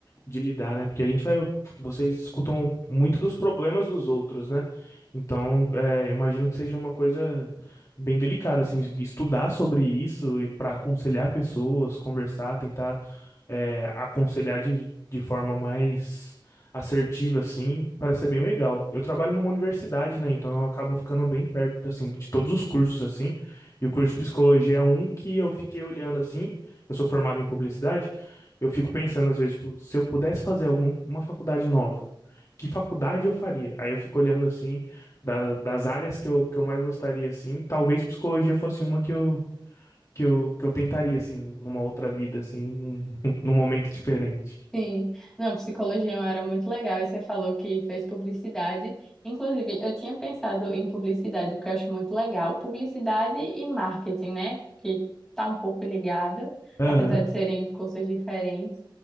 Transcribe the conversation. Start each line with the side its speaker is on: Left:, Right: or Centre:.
Left: de lidar, né? Porque a gente vai, vocês escutam muito dos problemas dos outros, né? Então, é, eu imagino que seja uma coisa bem delicada, assim, estudar sobre isso e para aconselhar pessoas, conversar, tentar, é, aconselhar de, de forma mais assertiva, assim, parece ser bem legal. Eu trabalho numa universidade, né? Então eu acabo ficando bem perto, assim, de todos os cursos, assim. E o curso de psicologia é um que eu fiquei olhando, assim. Eu sou formado em publicidade. Eu fico pensando, às vezes, tipo, se eu pudesse fazer alguma uma faculdade nova, que faculdade eu faria? Aí eu fico olhando, assim, da- das áreas que eu, que eu mais gostaria, assim. Talvez psicologia fosse uma que eu, que eu, que eu tentaria, assim, numa outra vida, assim, num, <laughs> num momento diferente.
Centre: Sim, não, psicologia é uma área muito legal. E você falou que fez publicidade. Inclusive, eu tinha pensado em publicidade, porque eu acho muito legal. Publicidade e marketing, né? Que tá um pouco ligado,
Left: Aham,
Centre: apesar de serem cursos diferentes.